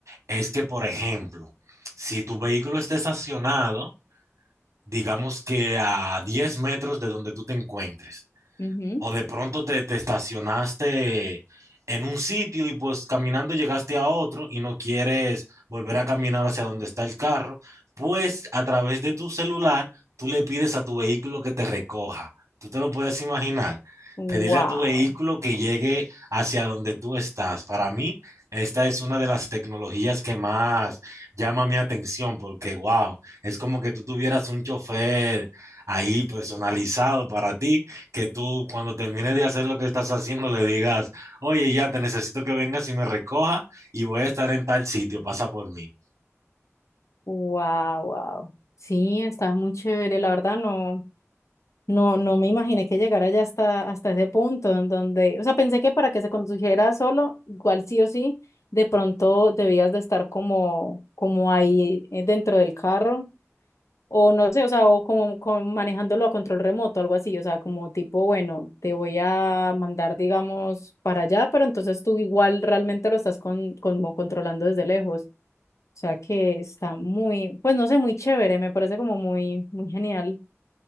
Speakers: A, on the right; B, on the left.
A: es que, por ejemplo, si tu vehículo está estacionado, digamos que a 10 metros de donde tú te encuentres,
B: Ujú.
A: o de pronto te, te estacionaste en un sitio y pues caminando llegaste a otro y no quieres volver a caminar hacia donde está el carro, pues a través de tu celular tú le pides a tu vehículo que te recoja. Tú te lo puedes imaginar.
B: Wow,
A: Pedirle a tu vehículo que llegue hacia donde tú estás. Para mí, esta es una de las tecnologías que más llama mi atención porque, wow, es como que tú tuvieras un chofer ahí personalizado para ti que tú cuando termines de hacer lo que estás haciendo le digas, oye, ya te necesito que vengas y me recoja y voy a estar en tal sitio, pasa por mí.
B: wow, wow. Sí, está muy chévere, la verdad no. No, no me imaginé que llegara ya hasta, hasta ese punto en donde, o sea, pensé que para que se condujera solo, igual sí o sí, de pronto debías de estar como, como ahí eh, dentro del carro, o no sé, o sea, o como, como manejándolo a control remoto, algo así, o sea, como tipo, bueno, te voy a mandar, digamos, para allá, pero entonces tú igual realmente lo estás con, como controlando desde lejos. O sea que está muy, pues no sé, muy chévere, me parece como muy, muy genial.